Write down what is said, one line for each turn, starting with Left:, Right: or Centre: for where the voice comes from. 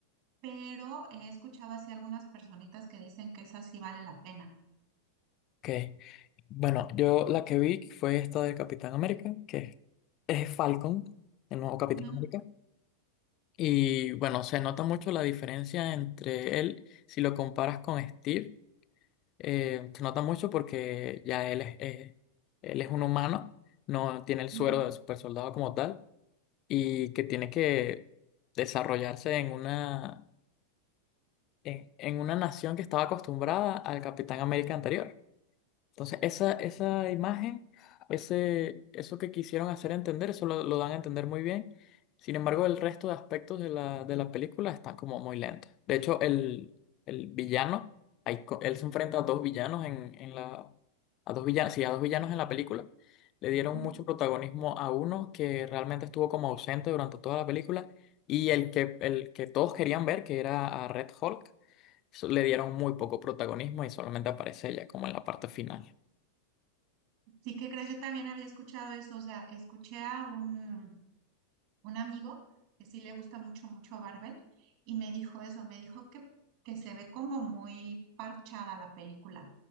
Right: pero he escuchado así algunas personitas que dicen que esa sí vale la pena.
Left: ok. Bueno, yo la que vi fue esta de Capitán América, que es Falcon, el nuevo Capitán
Right: Ujú,
Left: América. Y bueno, se nota mucho la diferencia entre él, si lo comparas con Steve, eh, se nota mucho porque ya él es, es- él es un humano, no tiene el suero
Right: ujú,
Left: de super soldado como tal. y que tiene que desarrollarse en una, en, en una nación que estaba acostumbrada al Capitán América anterior. Entonces, esa, esa imagen, ese, eso que quisieron hacer entender, eso lo, lo dan a entender muy bien. Sin embargo, el resto de aspectos de la, de la película están como muy lentos. De hecho, el, el villano, ahí co- él se enfrenta a dos villanos en, en la, a dos villanos, sí, a dos villanos en la película. Le dieron
Right: ujú.
Left: mucho protagonismo a uno que realmente estuvo como ausente durante toda la película y el que, el que todos querían ver, que era a Red Hulk, so- le dieron muy poco protagonismo y solamente aparece ella como en la parte final.
Right: Sí, ¿qué crees? Yo también había escuchado eso, o sea, escuché a un un amigo que sí le gusta mucho, mucho Marvel, y me dijo eso, me dijo que, que se ve como muy parchada la película,